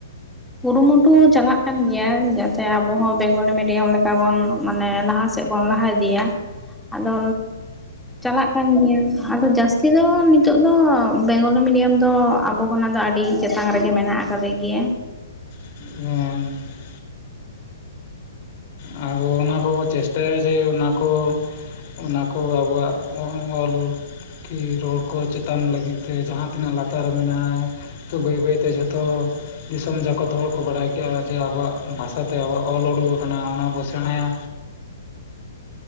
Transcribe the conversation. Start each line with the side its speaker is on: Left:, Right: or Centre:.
Centre: ᱠᱩᱨᱩᱢᱩᱴᱩ ᱪᱟᱞᱟᱜ ᱠᱟᱱ ᱜᱮᱭᱟ᱾ ᱡᱟᱛᱮ ᱟᱵᱚ ᱦᱚᱸ ᱵᱮᱝᱜᱚᱞᱤ ᱢᱤᱰᱤᱭᱟᱢ ᱞᱮᱠᱟ ᱵᱚᱱ ᱢᱟᱱᱮ ᱞᱟᱦᱟ ᱥᱮᱫ ᱵᱚᱱ ᱞᱟᱦᱟ ᱤᱫᱤᱭᱟ᱾ ᱟᱫᱚ ᱪᱟᱞᱟᱜ ᱠᱟᱱ ᱜᱮᱭᱟ᱾ ᱟᱫᱚ ᱡᱟᱹᱥᱛᱤ ᱫᱚ ᱱᱤᱛᱚᱜ ᱫᱚ ᱵᱮᱝᱜᱚᱞᱤ ᱢᱤᱰᱤᱭᱟᱢ ᱫᱚ ᱟᱵᱚ ᱠᱷᱚᱱᱟᱜ ᱫᱚ ᱟᱹᱰᱤ ᱟᱹᱰᱤ ᱪᱮᱛᱟᱱ ᱨᱮᱜᱮ ᱢᱮᱱᱟᱜ ᱟᱠᱟᱫᱮ ᱜᱮᱭᱟ᱾
Left: ᱚ <inaudible> ᱟᱵᱚ ᱚᱱᱟ ᱠᱚᱵᱚ ᱪᱮᱥᱴᱟᱭᱟ ᱡᱮ ᱚᱱᱟᱠᱚ ᱚᱱᱟᱠᱚ ᱟᱵᱚᱣᱟᱜ ᱚᱞ ᱠᱤ ᱨᱚᱲ ᱠᱚ ᱪᱮᱛᱟᱱ ᱞᱟᱹᱜᱤᱫ ᱛᱮ ᱡᱟᱦᱟᱸ ᱛᱤᱱᱟᱹᱜ ᱞᱟᱛᱟᱨ ᱢᱮᱱᱟᱜᱼᱟ᱾ ᱛᱚ ᱵᱟᱹᱭ ᱵᱟᱹᱭ ᱛᱮ ᱡᱷᱚᱛᱚ ᱫᱤᱥᱚᱢ ᱡᱟᱠᱚᱛ ᱦᱚᱲ ᱠᱚ ᱵᱟᱲᱟᱭ ᱠᱮᱜᱼᱟ᱾ ᱡᱮ ᱟᱵᱚᱣᱟᱜ ᱵᱷᱟᱥᱟᱛᱮ ᱟᱵᱚᱣᱟᱜ ᱚᱞ ᱩᱰᱩᱠ ᱟᱠᱟᱱᱟ, ᱚᱱᱟ ᱵᱚ ᱥᱮᱬᱟᱭᱟ᱾